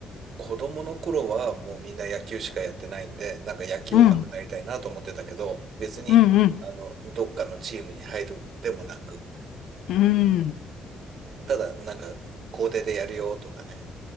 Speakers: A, on the right; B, on the left.
A: 子供の頃はもうみんな野球しかやってないんで、なんか野球上手くなりたいなと思ってたけど、
B: うん。
A: 別に、
B: うんうん。
A: あの、どっかのチームに入るでもなく、
B: うん。
A: ただなんか校庭でやるよとかね、